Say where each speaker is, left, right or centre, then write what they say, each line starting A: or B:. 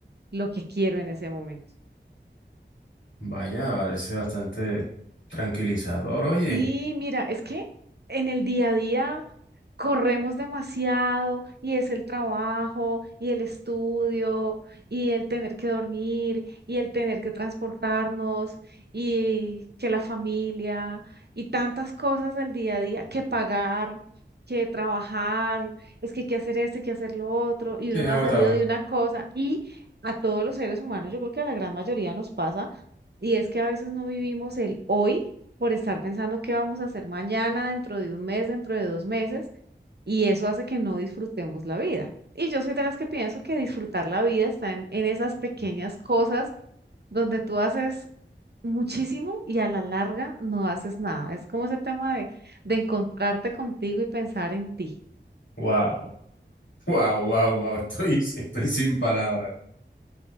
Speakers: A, on the right; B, on the left.
A: lo que quiero en ese momento.
B: Vaya, parece bastante tranquilizador, oye.
A: Sí, mira, es que en el día a día, corremos demasiado y es el trabajo y el estudio y el tener que dormir y el tener que transportarnos y que la familia y tantas cosas del día a día que pagar. que trabajar, es que hay que hacer esto, hay que hacer lo otro, y
B: Sí,
A: uno
B: es
A: no
B: agotador.
A: ha salido de una cosa, y a todos los seres humanos, yo creo que a la gran mayoría nos pasa, y es que a veces no vivimos el hoy por estar pensando qué vamos a hacer mañana, dentro de un mes, dentro de dos meses, y eso hace que no disfrutemos la vida. Y yo soy de las que pienso que disfrutar la vida está en, en esas pequeñas cosas donde tú haces muchísimo y a la larga no haces nada. Es como ese tema de, de encontrarte contigo y pensar en ti.
B: Wow, wow, wow, wow. Estoy, estoy sin palabras.